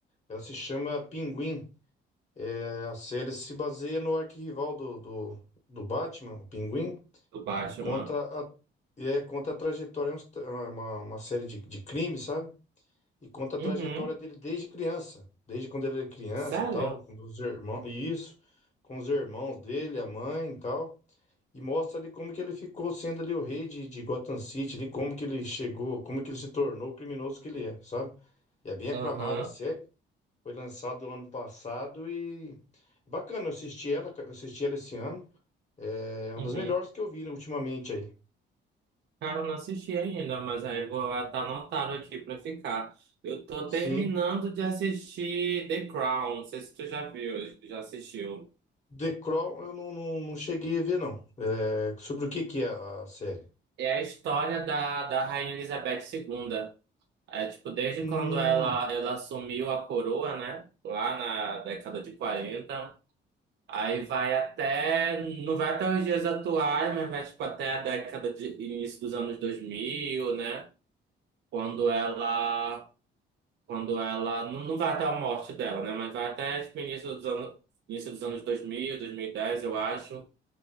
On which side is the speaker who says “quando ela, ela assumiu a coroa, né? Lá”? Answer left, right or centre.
Right